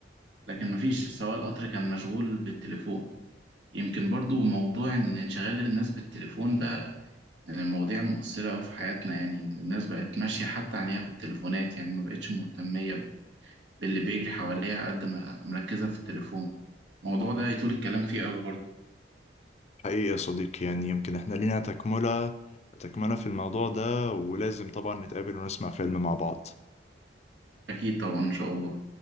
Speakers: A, on the right; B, on the left.
A: لكن مفيش سواق القطر كان مشغول بالتليفون يمكن برضو موضوع إن انشغال الناس بالتليفون ده من المواضيع المؤثرة أوي في حياتنا يعني إن الناس بقت ماشية حتى عينيها في التليفونات يعني ما بقتش مهتمية باللي بيجري حواليها قد ما مركزة في التليفون الموضوع ده يطول الكلام فيه أوي برضو
B: حقيقي يا صديقي يعني يمكن احنا لينا تكملة تكملة في الموضوع ده ولازم طبعا نتقابل ونسمع فيلم مع بعض
A: أكيد طبعا إن شاء الله